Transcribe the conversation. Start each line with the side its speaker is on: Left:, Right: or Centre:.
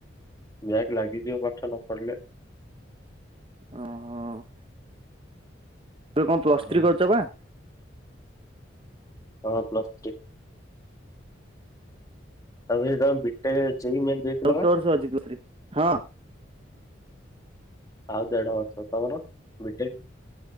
Left: ବ୍ୟାଗ ଲାଗିଯିବ ପାଠ ନପଢିଲେ।
Right: ଓହଁ ତମେ କଣ ପ୍ଲସ
Left: ଆଉ
Right: ଥ୍ରୀ କରିଛ ବା?
Left: ହ ପ୍ଲସ ଥ୍ରୀ ତାପରେ ସେଇ ବିଟେକ୍ ଯେଇ ମେନ୍ ଦେଇଥିଲ
Right: <unintelligible>
Left: ବା
Right: ବର୍ଷ ଅଜି, <unintelligible> ହଁ
Left: ଆଉ ଦେଢବର୍ଷ। ତମର ବିଟେକ?